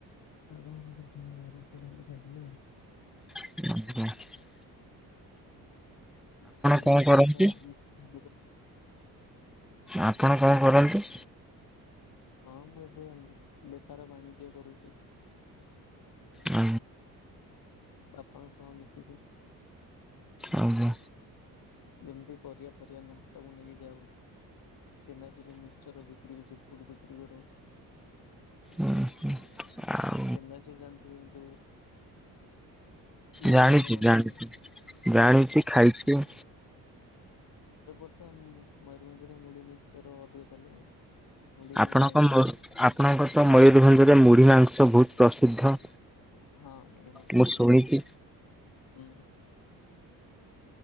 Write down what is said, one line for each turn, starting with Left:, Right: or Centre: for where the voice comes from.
Left: ସାଦା ଆମର ରୁଟି ଡାଲି ଖାଇଥିଲି ଆଉ
Centre: ଆା
Left: ଆପଣ
Centre: କଣ
Left: ବୋଧେ
Centre: କରନ୍ତି?
Left: ଆମେ ତ ଆମକୁ?
Centre: ଆପଣ କଣ କରନ୍ତି?
Left: ହଁ ମୁଁ ଏବେ ବେପାର ବାଣିଜ୍ୟ କରୁଛି।
Centre: ହ
Left: ବାପାଙ୍କ ସହ ମିଶିକି
Centre: ଅହ।
Left: ଯେମିତି ପରିବା ଫରିବା ନେଇ ହାଟକୁ ନେଇକି ଯାଉ ଚେନ୍ନାଚୁର ମିକ୍ସଚର ବିକ୍ରି ବିସ୍କୁଟ ବିକ୍ରି କରୁ
Centre: ହୁଁ ଆଉ
Left: ଚେନ୍ନାଚୁରୁ ଜାଣିଥିବେ ଯୋଉ ବେସନରେ
Centre: ଜାଣିଛି
Left: ବନା
Centre: ଜାଣିଛି
Left: ହୁଏ।
Centre: ଜାଣିଛି
Left: ଆଚ୍ଛା
Centre: ଖାଇଛି।
Left: ଏବେ ତ ମୟୂରଭଞ୍ଜରେ ମୁଢି ମିକ୍ସଚର ଅଧିକ ଚାଲେ ଆଉ ମୁଢି
Centre: ଆପଣଙ୍କ
Left: ମୁଢି ଜାଣିଥିବେ
Centre: ଆପଣଙ୍କ ତ ମୟୂରଭଞ୍ଜରେ ମୁଢି ମାଂସ ବହୁତ ପ୍ରସିଦ୍ଧ
Left: ହଁ ମୁଢ଼ି ମାଂସ
Centre: ମୁଁ
Left: ପ୍ରସିଦ୍ଧ
Centre: ଶୁଣିଛି
Left: ହୁଁ।